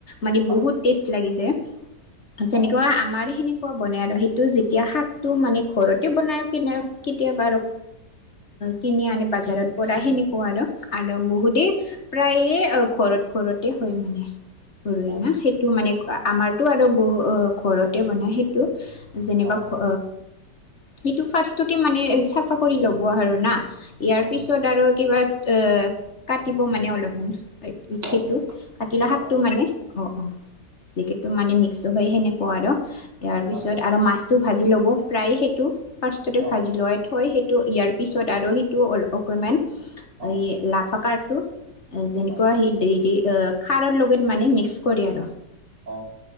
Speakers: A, on the left; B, on the right.
A: মানে
B: হয়
A: বহুত টেষ্ট লাগি যায় যেনেকুৱা
B: অ
A: আমাৰ সেনেকুৱা বনাই আৰু সেইটো যেতিয়া শাকটো মানে ঘৰতে বনাই কেতিয়াবা কিনি আনি বজাৰত পৰা সেনেকোৱা আৰু আৰু বহুতেই প্ৰায়ে ঘৰত ঘৰতে হয় মানে। ঘইনা
B: অ
A: সেইটো মানে আমাৰতো আৰু বহু ঘৰতে বনাই সেই যেনিবা
B: অ অ
A: ঘৰ সেইটো ফাৰ্ষ্ট তে মানে চাফা কৰি ল'ব আৰু না ইয়াৰ
B: অ
A: পিছত চ'ত আৰু কিবা অ কাটিব মানে অলপমান
B: অ
A: সেইটো কাতি লোৱা
B: অ
A: শাকটো মানে অ অ যিকেই টো মানে মিক্স হয় সেনেকুৱা আৰু তাৰ পিছত
B: আচ্ছা
A: আৰু মাছ ভাজি ল'ব প্ৰায় সেইটো ফাৰ্ষ্ট তে
B: অ
A: ভাজি লোৱাই থৈ সেইটো ইয়াৰ পিছত আৰু স অকমান
B: অ
A: এই লাফাকাৰটো যেনেকুৱা
B: হয়
A: সি দি এ খাৰৰ লগত মানে মিক্স কৰে আৰু
B: অ